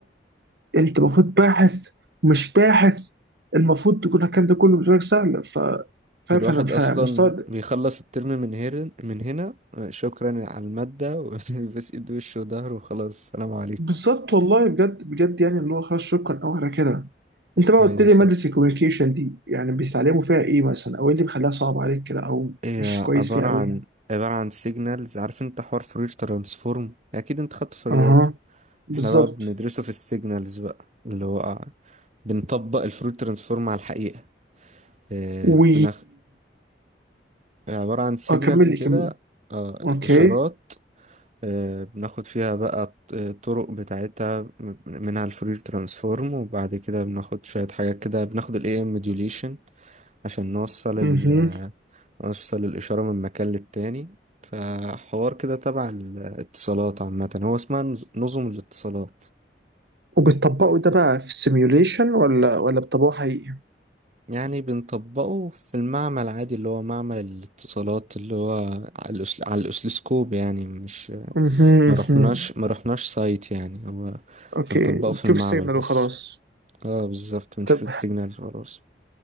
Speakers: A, on the right; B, on the right.
A: انت المفروض باحث ومش باحث المفروض تكون الكلام ده كله بالنسبه لك سهل ف فاهم
B: الواحد
A: فانا فأنا
B: اصلا
A: مستغرب
B: بيخلص الترم من هنا من هنا آه، شكرا على المادة <laughs> وبس ايد وشه وظهره وخلاص سلام عليكم
A: بالظبط والله بجد بجد يعني اللي هو خلاص شكرا او على كده انت بقى
B: ايوه
A: قلت لي
B: فاهم
A: ماده الكوميونيكيشن دي يعني بيتعلموا فيها ايه مثلا او ايه اللي بيخليها صعب عليك كده او
B: هي
A: مش كويس
B: عبارة
A: فيها
B: عن
A: قوي يعني
B: عبارة عن سيجنالز عارف انت حوار فورير ترانسفورم اكيد انت خدته في الرياضة
A: اها بالظبط
B: احنا بقى بندرسه في السيجنالز بقى اللي هو بنطبق الفورير ترانسفورم على الحقيقة آه،
A: و
B: بنخ... عبارة عن سيجنالز
A: اه كمل
B: كده
A: لي كمل
B: آه،
A: اوكي
B: اشارات آه، بناخد فيها بقى الطرق بتاعتها م- منها الفورير ترانسفورم وبعد كده بناخد شوية حاجات كده بناخد ال AM modulation عشان نوصل ال
A: اها
B: نوصل الإشارة من مكان للتاني فحوار كده تبع الاتصالات عامة هو اسمها نز- نظم الاتصالات
A: وبتطبقوا ده بقى في سيميوليشن ولا ولا بتطبقوه حقيقي
B: يعني بنطبقه في المعمل عادي اللي هو معمل الاتصالات اللي هو على الأس- على الأسلسكوب يعني مش
A: اها
B: ما
A: اها
B: رحناش ما رحناش سايت يعني هو
A: اوكي
B: بنطبقه
A: بتشوف
B: في المعمل
A: السيجنال
B: بس
A: وخلاص
B: اه بالظبط بنشوف
A: طب
B: السيجنالز خلاص